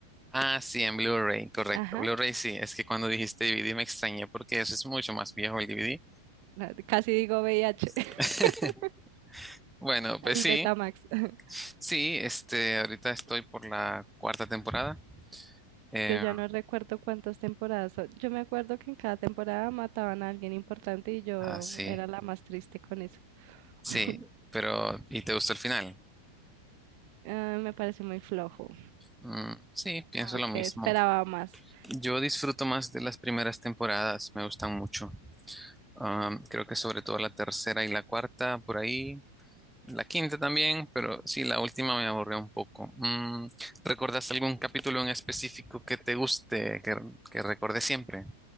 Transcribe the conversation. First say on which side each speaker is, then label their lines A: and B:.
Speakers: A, in the centre; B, on the right.
A: ah, sí, en Blu-ray, correcto.
B: Ajá.
A: Blu-ray sí, es que cuando dijiste DVD me extrañé porque eso es mucho más viejo el DVD.
B: la- Casi digo VIH.
A: <laughs>
B: <laughs>
A: Bueno, pues
B: El
A: sí,
B: Betamax. <laughs>
A: sí, este, ahorita estoy por la cuarta temporada. Eh,
B: Yo ya no recuerdo cuántas temporadas son. Yo me acuerdo que en cada temporada mataban a alguien importante y yo
A: ah, sí,
B: era la más triste con eso.
A: sí,
B: <laughs>
A: pero ¿y te gustó el final?
B: Ah, me parece muy flojo.
A: Mm, sí, pienso
B: Como
A: lo
B: que
A: mismo.
B: esperaba más.
A: Yo disfruto más de las primeras temporadas, me gustan mucho. Am, creo que sobre todo la tercera y la cuarta, por ahí. La quinta también, pero sí, la última me aburrió un poco. Mm, ¿recordas algún capítulo en específico que te guste, que, que recuerde siempre?